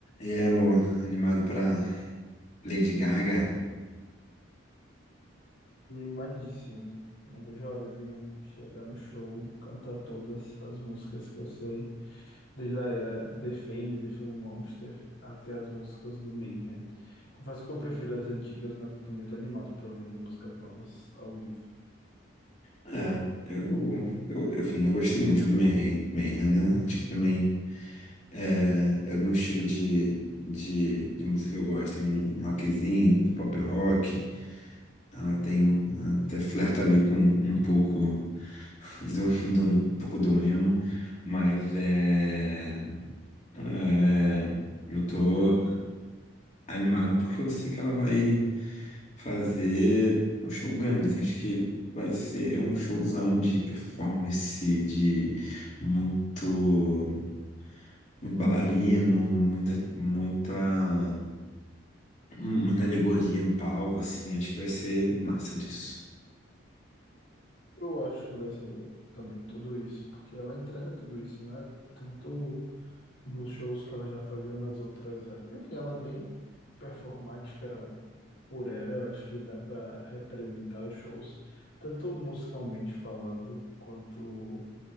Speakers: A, on the left; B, on the left.
A: E é, amor, animado pra Lady Gaga.
B: Animadíssimo. Não vejo a hora de chegar no show, cantar todas as músicas que eu sei, desde a era The Fame, The Fame Monster, até as músicas do Mayhem. Confesso que eu prefiro as antigas, mas eu também tô animado para ver as músicas novas ao vivo.
A: É, eu, eu, eu, enfim, eu gostei muito do Mayhem, Mayhem, né? Acho que também é, é um estilo de, de, de música que eu gosto. Tem um rockzinho, um pop rock. Ela tem até flerta ali com um pouco do, do, um pouco do emo. Mas é, é, eu tô. animado porque eu sei que ela vai fazer um show grande. assim, Acho que vai ser um showzão de performance, de muito, muito bailarino, muita, muita, muita alegoria no palco, assim. Acho que vai ser massa disso.
B: Eu acho que vai ser também tudo isso, porque ela entrega tudo isso, né? Tanto. nos shows que ela já fazia nas outras eras. Enfim, ela é bem performática por era, eu acho que dá para representar os shows, tanto musicalmente falando, quanto